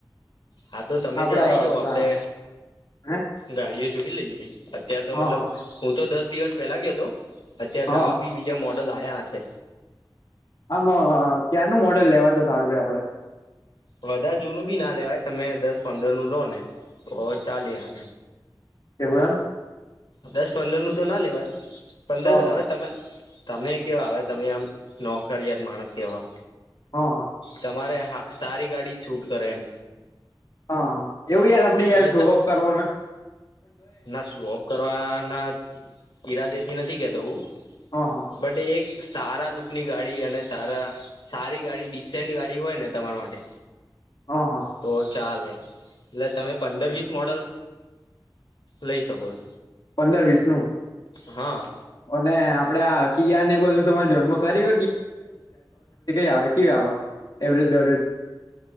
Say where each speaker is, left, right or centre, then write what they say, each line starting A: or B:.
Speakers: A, on the left; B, on the left.
A: હા તો તમે
B: આપડા
A: ત્યાં આઈ જાવ
B: પેલા
A: આપડે
B: હે
A: ગાડીઓ જોઈ લઈએ અત્યાર તો
B: હા
A: મતલબ
B: હા
A: હું તો દસ દિવસ પેલા ગયો હતો અત્યારે
B: હા
A: નવા બી બીજા મોડલ આવયા હશે.
B: આમ ક્યાારનું મોડલ લેવાય તો સારું રે આપડે
A: વધારે જૂનું બી ના લેવાય તમે દસ પંદર નું લો ને ઓ ચાલે હા
B: એવું એમ
A: દસ પંદરનું તો ના લેવાય પંદર
B: હા હા
A: હવે તમે તમે કેવા હવે તમે આમ નોકરીયાત માણસ કેવા
B: હા હા
A: તમારે હા સારી ગાડી છૂટ કરે એમ
B: હા હા એવું યાર આપડે યાર
A: એટલે
B: શોઅપ કરવાનું
A: ના શોપ કરવાના ઈરાદે થી નથી કેતો હું
B: હા હા
A: બટ એક સારા લુકની ગાડી અને સારા સારી ગાડી ડીસેન્ટ ગાડી હોય ને તમારા માટે
B: હા હા
A: તો ચાલે એટલે તમે પંદર વીસ મોડલ લઈ શકો એમ
B: પંદર વીસ નું
A: હા
B: અને આપડે કિયા ને બધું જન્મ ખરી <unintelligible> આવે કે આવે એવરેજ બેવરેજ